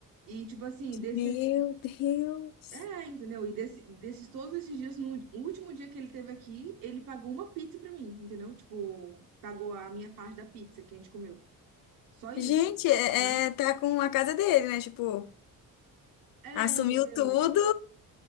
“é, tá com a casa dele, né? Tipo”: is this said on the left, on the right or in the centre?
Left